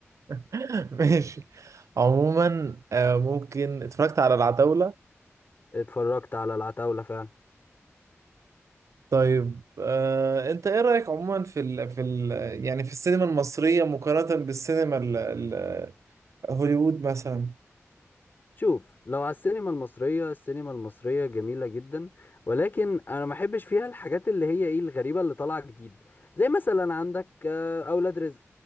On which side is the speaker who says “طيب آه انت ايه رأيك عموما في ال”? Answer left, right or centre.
Right